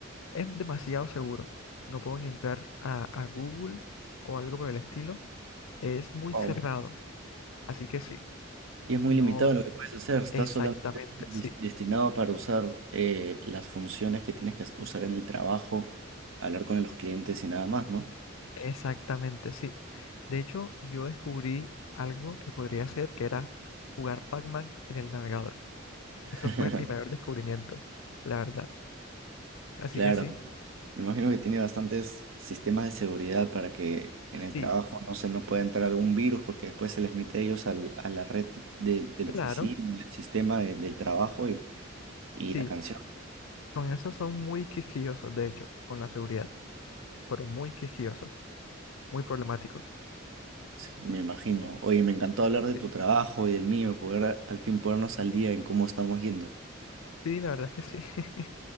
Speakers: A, on the left (about 85°); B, on the right (about 75°).
A: Es demasiado seguro. No puedo ni entrar a, a Google o algo por el estilo. Es muy
B: Wow.
A: cerrado. Así que sí,
B: Y es muy
A: no
B: limitado lo que puedes hacer. Está
A: exactamente,
B: solamente dis-
A: sí,
B: destinado para usar eh, las funciones que tienes que usar en el trabajo, hablar con los clientes y nada más, ¿no?
A: exactamente, sí. De hecho, yo descubrí algo que podría hacer, que era jugar Pac-Man en el navegador.
B: <laughs>
A: Eso fue mi mayor descubrimiento, la verdad. Así
B: Claro.
A: que sí,
B: Me imagino que tiene bastantes sistemas de seguridad para que en el
A: sí,
B: trabajo no se no pueda entrar algún virus porque después se les mete a ellos al- a la red de, de la
A: claro,
B: oficina, del sistema de- del trabajo y, y
A: sí.
B: la canción.
A: Con eso son muy quisquillosos, de hecho, con la seguridad, pero muy quisquillosos, muy problemáticos.
B: Sí, me imagino. Oye, me encantó hablar de
A: Sí,
B: tu trabajo y del mío, poder a- al fin ponernos al día en cómo estamos yendo.
A: sí, la verdad es que sí. <laughs>